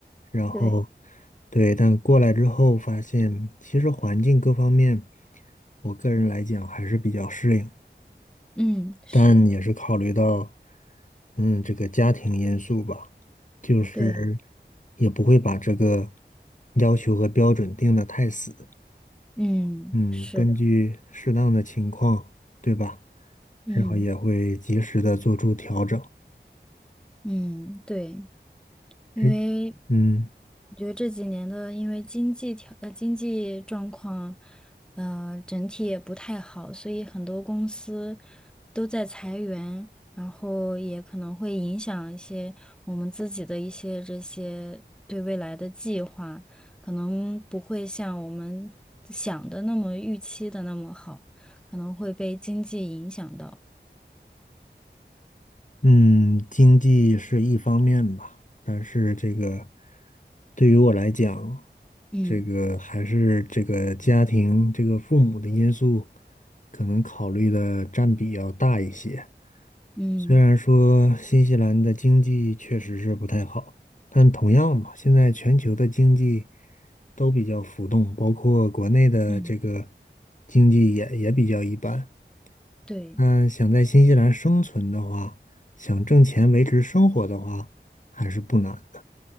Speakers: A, on the left; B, in the centre.
A: 然后，
B: 对，
A: 对，但过来之后发现，其实环境各方面，我个人来讲还是比较适应，
B: 嗯，是，
A: 但也是考虑到，嗯，这个家庭因素吧，就是
B: 对，
A: 也不会把这个要求和标准定得太死。
B: 嗯，
A: 嗯，
B: 是的，
A: 根据适当的情况，对吧？
B: 嗯
A: 然后也会及时的做出调整。
B: 嗯，对。因为
A: 诶，嗯
B: 我觉得这几年的，因为经济条呃经济状况，呃整体也不太好，所以很多公司都在裁员，然后也可能会影响一些我们自己的一些这些对未来的计划，可能不会像我们想的那么预期的那么好，可能会被经济影响到。
A: 嗯，经济是一方面吧，但是这个对于我来讲，
B: 嗯
A: 这个还是这个家庭、这个父母的因素，可能考虑的占比要大一些。
B: 嗯
A: 虽然说新西兰的经济确实是不太好，但同样嘛，现在全球的经济都比较浮动，包括国内的这个
B: 嗯，
A: 经济也也比较一般。
B: 对，
A: 嗯，想在新西兰生存的话，想挣钱维持生活的话，还是不难的。